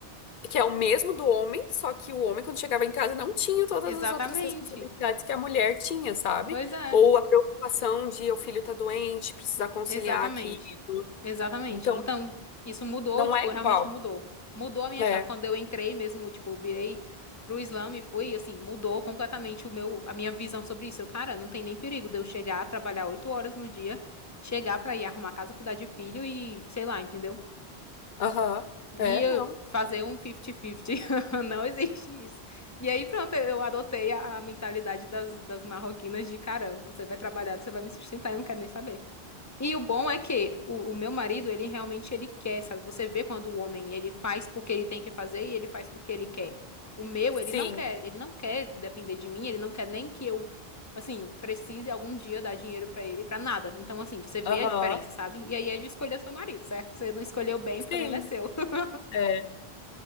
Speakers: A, on the left; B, on the left.
A: que é o mesmo do homem, só que o homem, quando chegava em casa, não tinha todas
B: Exatamente.
A: as outras responsabilidades que a mulher tinha, sabe?
B: Pois é,
A: Ou a preocupação de o filho tá doente, precisar conciliar
B: exatamente.
A: aqui.
B: Exatamente.
A: Então,
B: Então, isso mudou,
A: não
B: tipo,
A: é igual.
B: realmente mudou. Mudou a minha
A: É,
B: chave. Quando eu entrei mesmo, tipo, virei pro Islã e fui, assim, mudou completamente o meu, a minha visão sobre isso. Eu, cara, não tem nem perigo de eu chegar, trabalhar oito horas no dia, chegar pra ir arrumar casa, cuidar de filho e, sei lá, entendeu?
A: aham. É,
B: E eu
A: não.
B: fazer um 50-50. <laughs> Não existe isso. E aí, pronto, eu adotei a, a mentalidade das, das marroquinas de, cara, você vai trabalhar, você vai me sustentar, eu não quero nem saber. E o bom é que o, o meu marido, ele realmente ele quer, sabe? Você vê quando o homem ele faz porque ele tem que fazer e ele faz porque ele quer. O meu,
A: Sim,
B: ele não quer, ele não quer depender de mim, ele não quer nem que eu, assim, precise algum dia dar dinheiro pra ele pra nada. Então, assim, você vê
A: aham.
B: a diferença, sabe? E aí é de escolher seu marido, certo? Você não escolheu bem,
A: Sim,
B: o problema é seu. <laughs>
A: é.